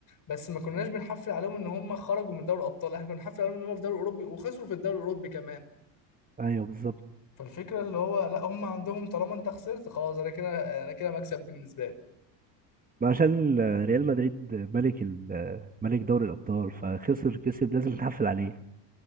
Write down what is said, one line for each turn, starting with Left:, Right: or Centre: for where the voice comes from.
Left: بس ما كناش بنحفل عليهم ان هم خرجوا من دوري الابطال احنا كنا بنحفل عليهم ان هم في الدوري الاوروبي وخسروا في الدوري الاوروبي كمان
Right: ايوه بالظبط
Left: فالفكره اللي هو لا هم عندهم طالما انت خسرت خلاص انا كده انا كده مكسب بالنسبه لي
Right: ما عشان آه، ريال مدريد ملك ال- آه، ملك دوري الابطال فخسر كسب لازم نتحفل عليه